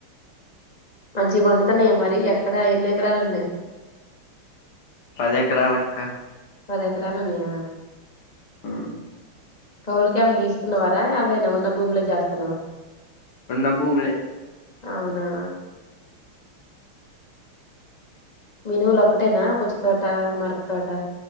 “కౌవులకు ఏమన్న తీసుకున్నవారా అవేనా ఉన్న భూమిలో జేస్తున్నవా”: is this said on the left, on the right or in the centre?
Left